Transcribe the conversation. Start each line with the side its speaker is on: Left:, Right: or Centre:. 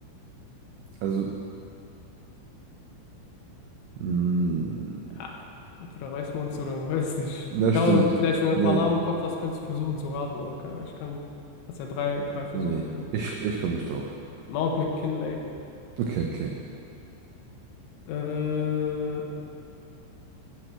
Right: Also, mh,
Left: Ja, entweder weiß man es oder man weiß es nicht.
Right: Das
Left: Kann
Right: stimmt.
Left: man, vielleicht, wenn du
Right: Nee,
Left: ein paar Namen im Kopf hast, könntest du versuchen zu raten. Also, kann- ich kann, hast ja drei, drei Versuche
Right: nee.
Left: so.
Right: Ich, ich komme nicht drauf.
Left: Mount McKinley.
Right: Okay, okay.
Left: Äh,